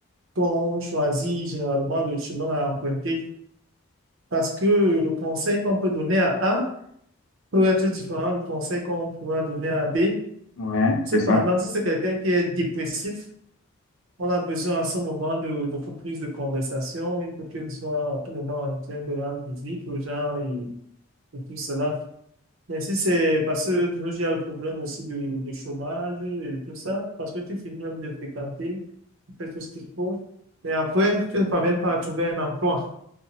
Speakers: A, on the right; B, on the left.
A: qu'on choisit généralement le chemin à emprunter. Parce que le conseil qu'on peut donner à A peut être différent du conseil qu'on pourra donner à B.
B: Ouais,
A: Cependant,
B: c'est ça.
A: si c'est quelqu'un qui est dépressif, on a besoin à ce moment de beaucoup plus de conversation. Il faut qu'il soit à tout moment en train de rendre visite aux gens et, et tout cela. Mais si c'est parce que de nos jours, il y a le problème aussi du, du chômage et tout ça, parce que tu finis même de fréquenter, tu fais tout ce qu'il faut, et après, tu ne parviens pas à trouver un emploi.